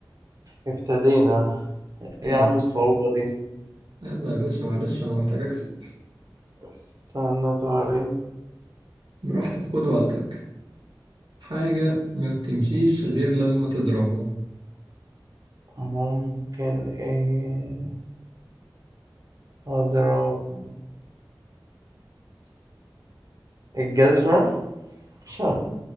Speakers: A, on the right; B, on the right.
A: ابتدينا إيه
B: يلا
A: يا عم الصعوبة دي
B: يلا يا باشا معلش انا محتاج اكسب
A: استنى طيب
B: براحتك خد وقتك حاجه ما بتمشيش غير لما تضربها
A: ممكن إيه أضرب الجزمة مش عارف